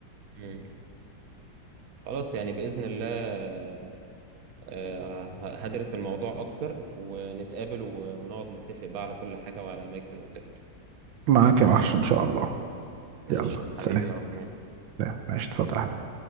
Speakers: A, on the right; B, on the right.
A: مم. خلاص يعني باذن الله آه، ه- هدرس الموضوع أكتر ونتقابل و- ونقعد نتفق بقى على كل حاجة وعلى أماكن وكده
B: معاك يا وحش ان شاء الله
A: ماشي
B: يلا
A: حبيبي
B: سلام
A: يا أحمد
B: لا ماشي اتفضل يا حبيبي